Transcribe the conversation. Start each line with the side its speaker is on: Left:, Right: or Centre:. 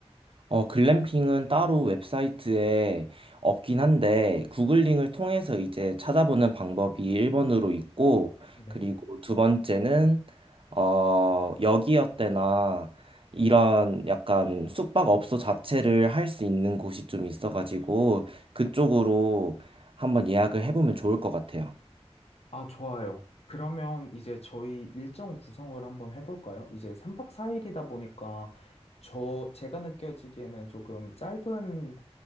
Right: 어, 글램핑은 따로 웹사이트에 없긴 한데, 구글링을 통해서 이제 찾아보는 방법이 1번으로 있고,
Left: 네.
Right: 그리고 두 번째는, 어, 여기어때나 이런 약간 숙박업소 자체를 할 수 있는 곳이 좀 있어가지고, 그쪽으로 한번 예약을 해보면 좋을 것 같아요.
Left: 아, 좋아요. 그러면 이제 저희 일정 구성을 한번 해볼까요? 이제 3박 4일이다 보니까 저, 제가 느껴지기에는 조금 짧은,